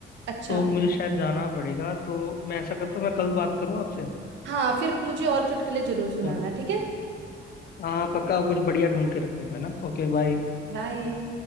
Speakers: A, on the right; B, on the left.
A: अच्छा
B: तो मुझे शायद जाना पड़ेगा तो मैं ऐसा करता हूँ मैं कल बात करूँ आपसे
A: हाँ फिर मुझे और चुटकुले जरूर सुनाना
B: है ना
A: ठीक है
B: हाँ पक्का कुछ बढ़िया ढूंढ के रखूँ है ना Okay bye
A: बाय